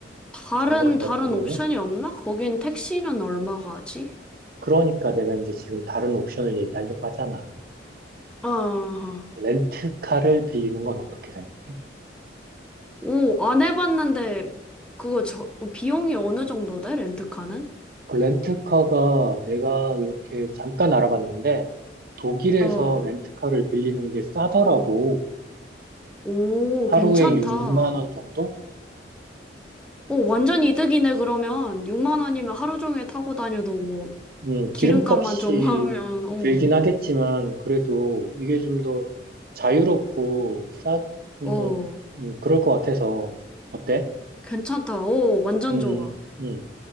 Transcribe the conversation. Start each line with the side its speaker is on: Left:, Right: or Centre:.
Centre: 다른,
Right: 장거리 같은
Centre: 다른
Right: 경우?
Centre: 옵션이 없나? 거긴 택시는 얼마가 하지?
Right: 그러니까 내가 이제 지금 다른 옵션을 얘기하려고 하잖아.
Centre: 아,
Right: 렌트카를 빌리는 건 어떻게 생각해?
Centre: 오, 안 해봤는데, 그거 저, 어, 비용이 어느 정도 돼? 렌트카는?
Right: 그 렌트카가 내가 이렇게 잠깐 알아봤는데 독일에서
Centre: 어,
Right: 렌트카를 빌리는 게 싸더라고.
Centre: 오,
Right: 하루에
Centre: 괜찮다.
Right: 6만 원 정도?
Centre: 오, 완전 이득이네, 그러면. 6만 원이면 하루 종일 타고 다녀도 뭐,
Right: 음,
Centre: 기름값만
Right: 기름값이
Centre: 좀 <laughs> 하면, 오,
Right: 들긴 하겠지만 그래도 이게 좀 더 자유롭고 싸, 좀더
Centre: 오,
Right: 음, 그럴 것 같아서 어때?
Centre: 괜찮다. 오, 완전
Right: 음,
Centre: 좋아.
Right: 음.